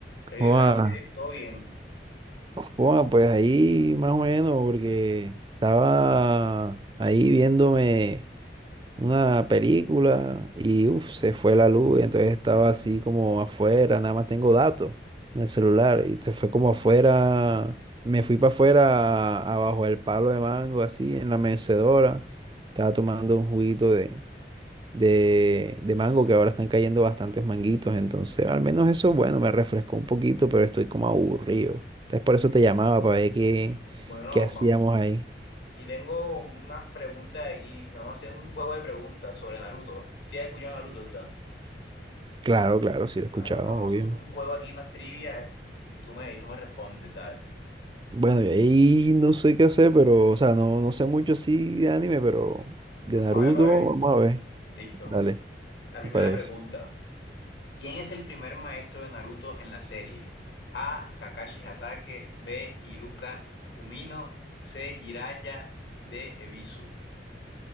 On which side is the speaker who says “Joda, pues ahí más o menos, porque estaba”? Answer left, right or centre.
Right